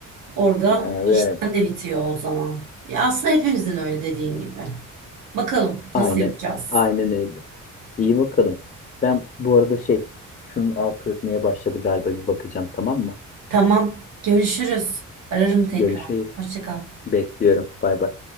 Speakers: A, on the right (about 80°); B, on the left (about 30°).
A: Orada
B: Evet.
A: işten de bitiyor o zaman. Ya aslında hepimizin öyle dediğin gibi. Bakalım
B: Aynen.
A: nasıl yapacağız?
B: Aynen öyle. İyi bakalım. Ben bu arada şey, şunun altı ötmeye başladı galiba bir bakacağım tamam mı?
A: Tamam. Görüşürüz. Ararım tekrar.
B: Görüşürüz.
A: Hoşça kal.
B: Bekliyorum. Bay bay.